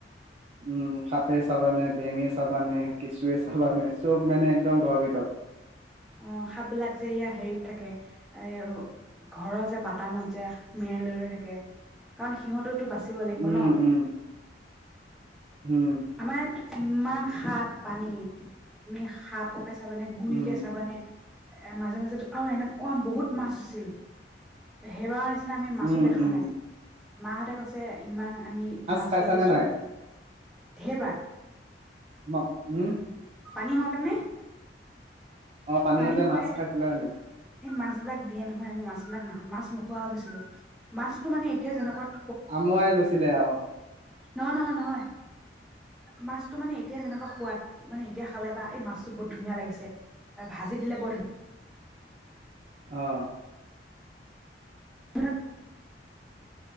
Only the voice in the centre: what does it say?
অ সাপ বিলাক যে ইয়া হেৰিত থাকে। এ ঘৰৰ যে বাট তামত যে মেৰে লৈ থাকে কাৰণ সিহঁতত টো বাচিব লাগিব
ন
আমাৰ ইয়াতো ইমান সাপ পানী তুমি সাপ চাবানে গুৰি
কে চাবানে এ মাজে মাজেতো আৰু এনেকুৱা বহুত মাছ আছিল সেইবাৰৰ নিচনা নিচিনা আমি মাছো
দেখা
নাই মাহঁতে কৈছে ইমান আমি মাছ
দেখিছো
সেইবাৰ
পানী হওঁতেনে
পানী হওঁতে
এই মাছ বিলাক দিয়ে নহয় আমি মাছ বিলাক ন মাছ নোখোৱা হৈ গৈছিলো মাছতো মানে এতিয়া যেনেকুৱা
নহ নহয় নহয় মাছতটো মানে এতিয়া যেনেকুৱা সোৱাদ মানে এতিয়া খালে বা এই মাছটো বহুত ধুনীয়া লাগিছে ভাজি দিলে বৰ ধুনীয়া
প্ৰল